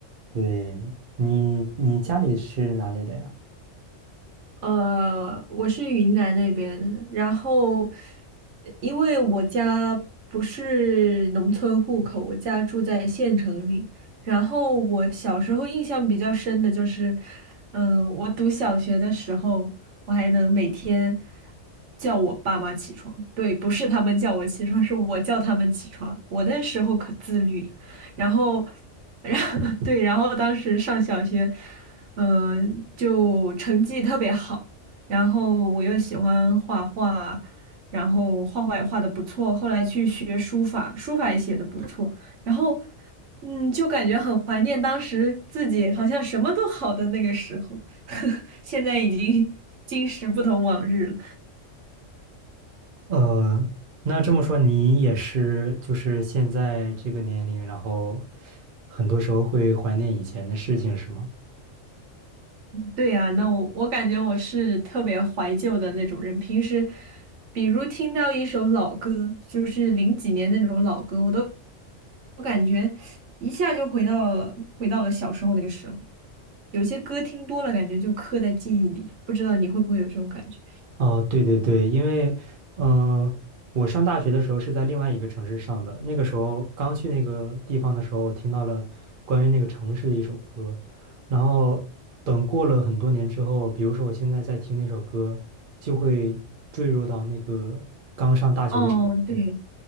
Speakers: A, on the right; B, on the right.
A: 对，你你家里是哪里的呀？
B: 呃，我是云南那边的，然后因为我家不是农村户口，我家住在县城里。然后我小时候印象比较深的就是，嗯、我读小学的时候，我还能每天叫我爸妈起床。对，不是他们叫我起床，是我叫他们起床。我那时候可自律了，然后，<laughs> 然后对，然后当时上小学。嗯、就成绩特别好，然后我又喜欢画画，然后画画也画的不错，后来去学书法，书法也写的不错，然后嗯，就感觉很怀念当时自己好像什么都好的那个时候，<laughs> 现在已经 <laughs> 今时不同往日了。
A: 呃，那这么说你也是，就是现在这个年龄，然后很多时候会怀念以前的事情，是吗？
B: 对呀，那我我感觉我是特别怀旧的那种人。平时，比如听到一首老歌，就是零几年那种老歌，我都我感觉一下就回到了回到了小时候那个时候。有些歌听多了，感觉就刻在记忆里了。不知道你会不会有这种感觉？
A: 哦，对对对，因为，呃，我上大学的时候是在另外一个城市上的，那个时候刚去那个地方的时候，我听到了关于那个城市的一首歌，然后等过了很多年之后，比如说我现在在听那首歌，就会坠入到那个刚上大学的时代。
B: 哦，对，